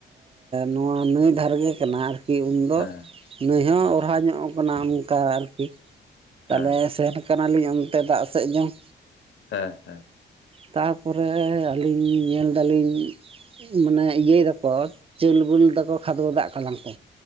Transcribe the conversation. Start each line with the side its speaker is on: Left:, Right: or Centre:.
Right: ᱱᱚᱣᱟ ᱱᱟᱹᱭ ᱫᱷᱟᱨᱮ ᱠᱟᱱᱟ ᱟᱨ ᱠᱤ ᱩᱱᱫᱚ
Left: ᱦᱮᱸ
Right: ᱱᱟᱹᱭ ᱦᱚᱸ
Left: ᱦᱮᱸ
Right: ᱚᱨᱦᱟ ᱧᱚᱜ ᱠᱟᱱᱟ ᱚᱱᱠᱟ ᱟᱨᱠᱤ᱾
Left: ᱦᱮᱸ
Right: ᱛᱟᱦᱚᱞᱮ ᱥᱮᱱ ᱠᱟᱱᱟᱞᱤᱧ ᱚᱱᱛᱮ ᱫᱟᱜ ᱥᱮᱡ ᱡᱚᱝ,
Left: ᱦᱮᱸ ᱦᱮᱸ
Right: ᱛᱟ ᱛᱟᱯᱚᱨᱮ ᱟᱹᱞᱤᱧ ᱧᱮᱞ ᱫᱟᱞᱤᱧ ᱢᱟᱱᱮ ᱤᱭᱟᱹᱭ ᱫᱟᱠᱚ ᱪᱟᱹᱞ ᱵᱩᱞ ᱫᱟᱠᱚ ᱠᱷᱟᱫᱽ ᱵᱟᱫᱟ ᱠᱟᱱᱟ ᱠᱚ᱾